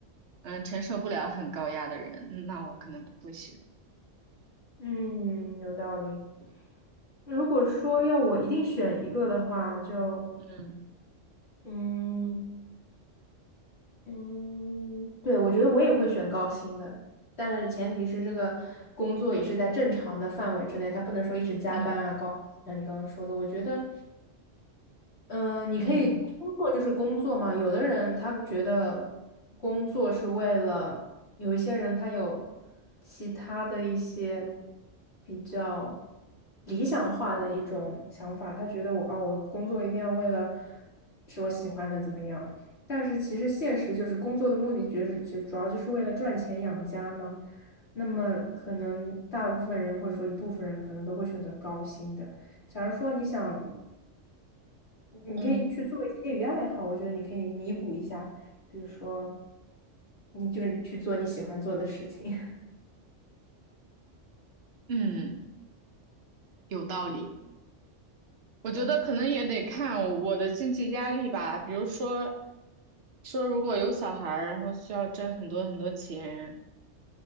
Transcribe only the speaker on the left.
嗯，有道理。如果说要我一定选一个的话，就
嗯。嗯，对，我觉得我也会选高薪的，但是前提是这个工作也是在正常的范围之内，他不能说一直加班啊，
高，像你刚刚说的，我觉得。嗯，呃你可以工作就是工作嘛。
有的人他觉得工作是为了，有一些人他有其他的一些比较理想化的一种想法，他觉得我啊，我工作一定要为了是我喜欢的怎么样。但是其实现实就是工作的目的，就是就主要就是为了赚钱养家嘛。那么可能大部分人或者说一部分人可能都会选择高薪的。假如说你想你你可以去做一些业余爱好，
我觉得你可以弥补一下，比如说，你就是去做你喜欢做的事情。<laughs>
对